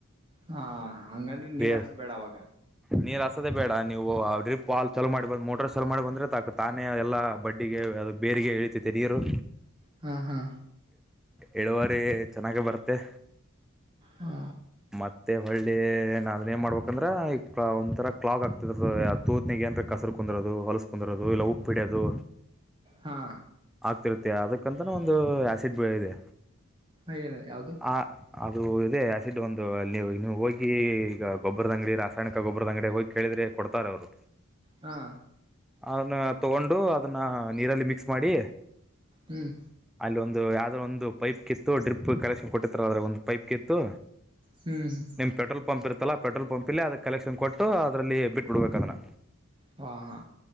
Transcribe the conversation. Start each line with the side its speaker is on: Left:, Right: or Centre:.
Right: ಹಾ ಹಂಗಂದ್ರೆ ನೀರ್
Centre: ಬೇ
Right: ಹಾಕೋದು ಬೇಡ ಅವಾಗ.
Centre: ನೀರ್ ಹಸದೆೇ ಬೇಡ ನೀವು ಡ್ರಿಪ್ ಹಾ ಚಲೋ ಮಾಡಿ ಬ್ ಮೋಟರ್ ಚಲೋ ಮಾಡಿ ಬಂದ್ರೆ ಸಾಕು ತಾನೇ ಎಲ್ಲಾ ಬಡ್ಡಿಗೆ ಅ ಬೇರೆಗೆ ಇಳಿತದ ನೀರು.
Right: ಹಾ ಹಾ
Centre: ಇಳುವರಿ ಚೆನ್ನಾಗಿ ಬರ್ತ್ತೆ.
Right: ಹಾ
Centre: ಮತ್ತೆ ಹಳ್ಳಿ ಅದನ್ನ ಏನ್ ಮಾಡ್ಬೇಕಂದ್ರೆ ಈ ಒಂಥರ ಕ್ಲಾಕ್ ಆಗ್ತದ ತೂತ್ನಿಗೆ ಅಂದ್ರೆ ಕಸರ್. ಕುಂದಿರೋದು ಹೊಲಸ್ ಕುಂದಿರೋದು ಇಲ್ಲ ಉಪ್ಪುಡಿಯೋದು.
Right: ಹಾ
Centre: ಆಗ್ತಿರುತ್ತೆ ಅದಕ್ಕಂತನ ಒಂದು ಆಸಿಡ್ ಬೆಳೆ ಇದೆ.
Right: ಹ ಏನ್ ಯಾವ್ದದು.
Centre: ಆ ಅದು ಇದೆ ಆಸಿಡ್ ಒಂದು ನೀವು ನೀವು ಹೋಗಿ ಈಗ ಗೊಬ್ಬರದ ಅಂಗಡಿ ರಾಸಾಯನಿಕ ಗೊಬರದ ಅಂಗಡಿ ಹೋಗಿ. ಕೇಳಿದ್ರೆ ಕೊಡ್ತಾರೆ ಅವ್ರು.
Right: ಹಾ
Centre: ಅದನ್ನ ತಗೊಂಡು ಅದನ್ನ ನೀರಲ್ಲಿ ಮಿಕ್ಸ್ ಮಾಡಿ.
Right: ಹ್ಮ್
Centre: ಅಲ್ಲಿ ಒಂದು ಯಾವ್ದೋ ಒಂದು ಪೈಪ್ ಕಿತ್ತು ಡ್ರಿಪ್ ಕನೆಕ್ಷನ್ ಕೊಟ್ಟಿರ್ಥರೆ ಅದ್ರ ಒಂದು ಪೈಪ್ ಕಿತ್ತು
Right: ಹ್ಮ್ ಹ್ಮ
Centre: ನಿಮ್ ಪೆಟ್ರೋಲ್ ಪಂಪ್ ಇರ್ತ್ತಲ್ಲ ಪೆಟ್ರೋಲ್ ಪಂಪ್ ಅಲ್ಲಿ ಅದಕ್ಕೆ ಕಲೆಕ್ಷನ್ ಕೊಟ್ಟು ಅದರಲ್ಲಿ ಬಿಟ್ಬಡ್ಬೇಕೂ ಅದನ್ನ.
Right: ಹಾ ಹಾ